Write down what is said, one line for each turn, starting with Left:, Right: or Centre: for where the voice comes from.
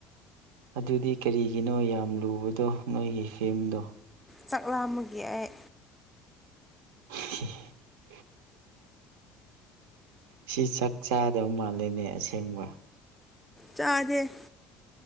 Right: ꯑꯗꯨꯗꯤ ꯀꯔꯤꯒꯤꯅꯣ ꯌꯥꯝ ꯂꯨꯕꯗꯣ ꯅꯣꯏꯒꯤ ꯐꯤꯝꯗꯣ
Centre: ꯆꯥꯛꯂꯥꯃꯒ ꯑꯩ
Right: <inaudible> ꯁꯤ ꯆꯥꯛ ꯆꯥꯗꯕ ꯃꯥꯜꯂꯦꯅꯦ ꯑꯁꯦꯡꯒ
Centre: ꯆꯥꯗꯦ